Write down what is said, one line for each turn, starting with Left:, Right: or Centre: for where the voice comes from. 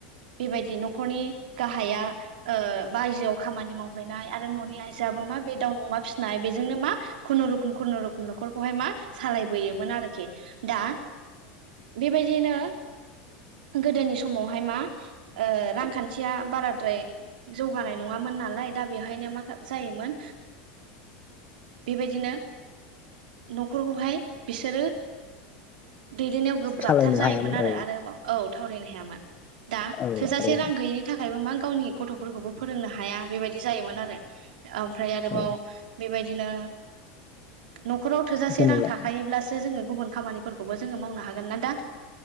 Right: बेबायदि न'खरनि गाहाया बायजोआव खामानि मावहैनाय आरो न'नि आइजोआआबो मा बे दाव मा फिसिनाय बेजोंनो मा खुनुरुखुम खुनुरुखुम न'खरखौहाय मा सालायबोयोमोन आरोखि दा बेबायदिनो गोदोनि समावहाय मा रां खान्थिया बाराद्राय जौगानाय नङामोन नालाय दा बेवहायनो मा जायोमोन बेबायदिनो न'खरखौहाय बिसोरो दैदेननायाव गोब्राबथार
Left: सालायनो
Right: जायोमोन
Left: हायामोन
Right: आरोबाव
Left: औ
Right: औ थावरायनो हायामोन दा
Left: औ
Right: थोजासे
Left: आरो
Right: रां गैयिनि थाखायबो मा गावनि गथ'फोरखौबो फोरोंनो हाया बेबायदि जायोमोन आरो ओमफ्राय आरोबाव
Left: औ
Right: बेबायदिनो न'खराव थोजासे
Left: जेनेबा
Right: रां थाखायोब्लासो जोङो गुबुन खामबो जोङो मावनो हागोन ना दा